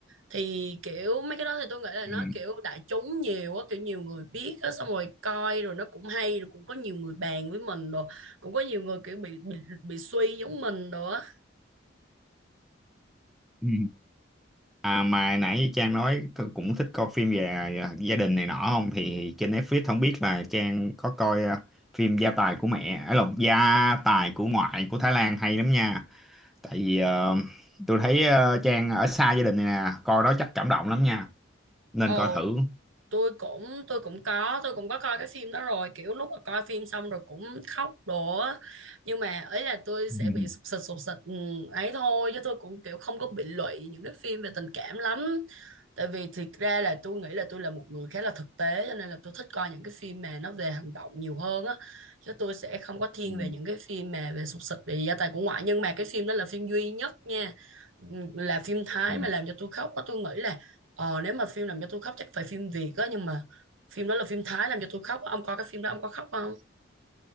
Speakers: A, on the right (about 80°); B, in the centre.
A: thì kiểu mấy cái đó thì tôi nghĩ là
B: Ừ.
A: nó kiểu đại chúng nhiều á kiểu nhiều người biết á xong rồi coi rồi nó cũng hay rồi cũng có nhiều người bàn với mình rồi cũng có nhiều người kiểu bị bị bị suy giống mình rồi á
B: Ừ. À, mà nãy như Trang nói c- cũng thích coi phim về à, gia đình này nọ không thì trên Netflix không biết là Trang có coi ờ, phim Gia tài của mẹ ấy lộn Gia tài của ngoại của Thái Lan hay lắm nha tại vì ờ, tôi thấy ờ, Trang ở xa gia đình này nè coi đó chắc cảm động lắm nha nên
A: Ồ
B: coi thử
A: tôi cũng tôi cũng có tôi cũng có coi cái phim đó rồi kiểu lúc mà coi phim xong rồi cũng khóc đổ á. nhưng mà ấy là tôi
B: <laughs>
A: sẽ
B: Ừ,
A: bị sụp sịt sụp sịt ừ, ấy thôi chứ tôi cũng kiểu không có bị lụy những cái phim về tình cảm lắm tại vì thiệt ra là tôi nghĩ là tôi là một người khá là thực tế cho nên là tôi thích coi những cái phim mà nó về hành động nhiều hơn á chứ tôi sẽ không có thiên
B: ừ,
A: về những cái phim mà về sụp sịt về gia tài của ngoại nhưng mà cái phim đó là phim duy nhất nha Ừ, là phim Thái
B: ừ.
A: mà làm cho tôi khóc á tôi nghĩ là Ờ, nếu mà phim làm cho tôi khóc chắc phải phim Việt á nhưng mà phim đó là phim Thái làm cho tôi khóc á. ông coi cái phim đó ông có khóc không